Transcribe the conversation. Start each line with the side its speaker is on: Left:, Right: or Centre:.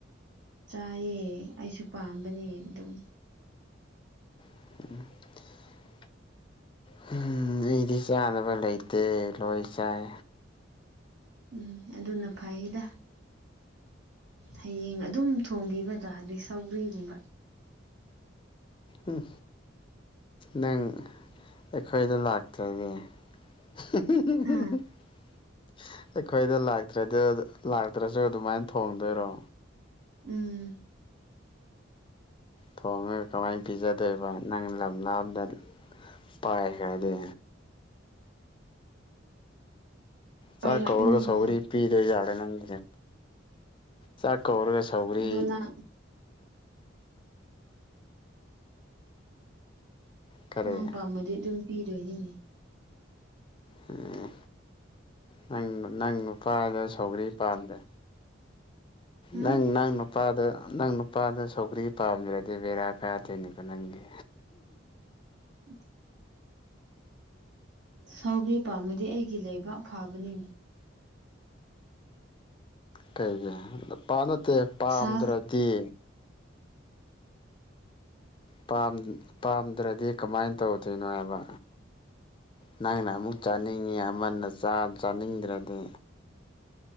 Right: ꯆꯥꯏꯌꯦ ꯑꯩꯁꯨ ꯄꯥꯝꯕꯅꯦ ꯗꯨꯝ
Left: <unintelligible> ꯍꯨꯝ ꯑꯩꯗꯤ ꯆꯥꯗꯕ ꯂꯩꯇꯦ ꯂꯣꯏ ꯆꯥꯏ
Right: ꯎꯝ ꯑꯗꯨꯅ ꯐꯩꯗ ꯍꯌꯦꯡ ꯑꯗꯨꯝ ꯊꯣꯡꯕꯤꯕ ꯗꯥꯗꯦ ꯁꯧꯒ꯭ꯔꯤꯒꯨꯝꯕ
Left: ꯎꯝ ꯅꯪ ꯑꯩꯈꯣꯏꯗ ꯂꯥꯛꯇ꯭ꯔꯗꯤ <unintelligible>
Right: ꯍꯥ
Left: ꯑꯩꯈꯣꯏꯗ ꯂꯥꯛꯇ꯭ꯔꯗꯤ ꯂꯥꯛꯇ꯭ꯔꯁꯨ ꯑꯗꯨꯃꯥꯏ ꯊꯣꯡꯗꯣꯏꯔꯣ
Right: ꯎꯝ
Left: ꯊꯣꯡꯉꯒ ꯀꯃꯥꯏꯅ ꯄꯤꯖꯗꯣꯏꯕ ꯅꯪ ꯂꯝ ꯂꯥꯞꯅ ꯄꯥꯢꯈ꯭ꯔꯗꯤ
Right: ꯄꯥꯏꯔꯛꯏꯅꯤꯅꯦ
Left: ꯆꯥꯛ ꯀꯧꯔ ꯁꯧꯒ꯭ꯔꯤ ꯄꯤꯗ ꯌꯥꯔꯦ ꯅꯪꯒꯤꯁꯦ ꯆꯥꯛ ꯀꯧꯔꯒ ꯁꯧꯒ꯭ꯔꯤ
Right: ꯑꯗꯣ ꯅꯪ
Left: ꯀꯔꯤ
Right: ꯅꯪ ꯄꯥꯝꯃꯗꯤ ꯑꯗꯨꯝ ꯊꯤꯗꯣꯏꯅꯤꯅꯦ
Left: ꯎꯝ ꯅꯪ ꯅꯪ ꯅꯨꯄꯥꯗ ꯁꯧꯒ꯭ꯔꯤ ꯄꯥꯝꯗꯦ
Right: ꯍꯥ
Left: ꯅꯪ ꯅꯪ ꯅꯨ ꯄꯥꯗ ꯅꯪ ꯅꯨꯄꯥꯗ ꯁꯧꯒ꯭ꯔꯤ ꯄꯥꯝꯗ꯭ꯔꯗꯤ ꯕꯦꯔꯥ ꯀꯥꯗꯣꯏꯅꯤꯀꯣ ꯅꯪꯒꯤ
Right: <inaudible> ꯁꯥꯎꯒ꯭ꯔꯤ ꯄꯥꯃꯗꯤ ꯑꯩꯒꯤ ꯂꯩꯕꯥꯛ ꯐꯥꯕꯅꯤꯅꯦ
Left: ꯀꯩꯒꯤ ꯄꯥ ꯅꯠꯇꯦ ꯄꯥꯝꯗ꯭ꯔꯗꯤ
Right: ꯁꯥ
Left: ꯄꯥꯝ ꯄꯥꯝꯗ꯭ꯔꯗꯤ ꯀꯃꯥꯏ ꯇꯧꯗꯣꯏꯅꯣ ꯍꯥꯏꯕ ꯅꯪꯅ ꯑꯃꯨꯛ ꯆꯥꯅꯤꯡꯉꯤ ꯑꯃꯅ ꯆꯥ ꯆꯥꯅꯤꯡꯗ꯭ꯔꯗꯤ